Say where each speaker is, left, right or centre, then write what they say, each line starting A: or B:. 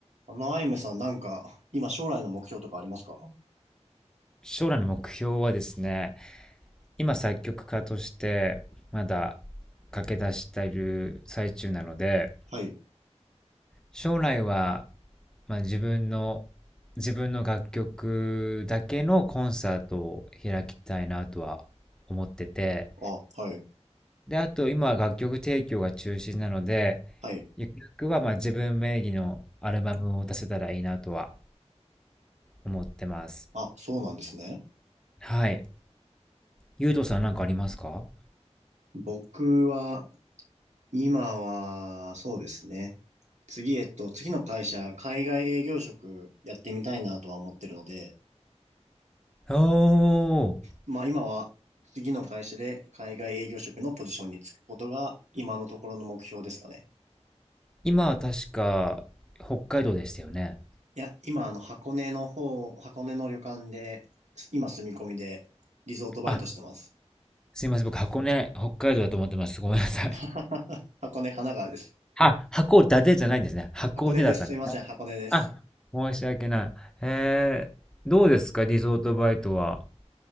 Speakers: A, on the right; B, in the centre.
A: あの、アイムさん、なんか、今将来の目標とかありますか
B: 将来の目標はですね、今作曲家としてまだ駆け出している最中なので、
A: はい。
B: 将来は、まあ、自分の、自分の楽曲だけのコンサートを開きたいなとは思ってて、
A: あ、はい。
B: で、あと今は楽曲提供が中心なので、
A: はい。
B: ゆくゆくはまあ自分名義のアルバムを出せたらいいなとは思ってます。
A: あ、そうなんですね。
B: はい。ゆうとさんなんかありますか
A: 僕は、今は、そうですね。次、えっと、次の会社、海外営業職やってみたいなとは思ってるので、
B: おー
A: まあ今は、次の会社で海外営業職のポジションにつくことが、今のところの目標ですかね。
B: 今は確か、北海道でしたよね。
A: いや、今、あの、箱根の方、箱根の旅館で、今住み込みで、リゾートバイトしてます。
B: あ、すいません。僕、箱根、北海道だと思ってました。ごめんなさい。
A: <laughs> 箱根、神奈川です。
B: <laughs> あ、函館じゃないんですね。箱根だったんですね。
A: 箱根です。すいません、箱根です。
B: あ、申し訳ない。えー、どうですかリゾートバイトは。